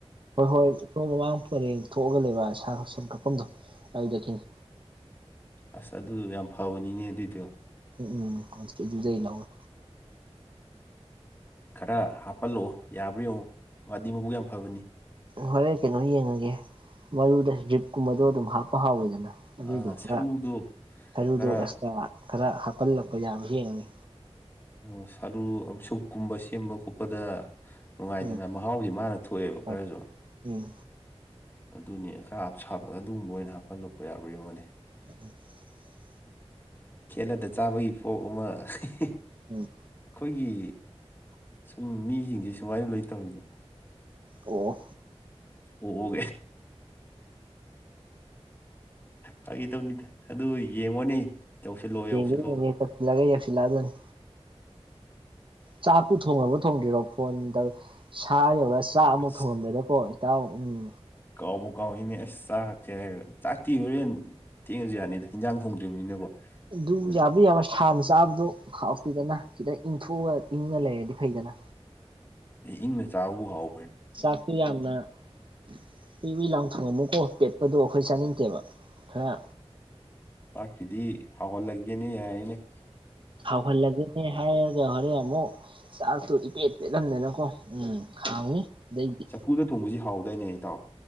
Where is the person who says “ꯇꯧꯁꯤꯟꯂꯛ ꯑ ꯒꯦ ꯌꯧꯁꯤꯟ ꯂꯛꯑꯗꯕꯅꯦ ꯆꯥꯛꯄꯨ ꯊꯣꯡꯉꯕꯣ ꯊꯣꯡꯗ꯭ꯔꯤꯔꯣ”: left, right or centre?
Right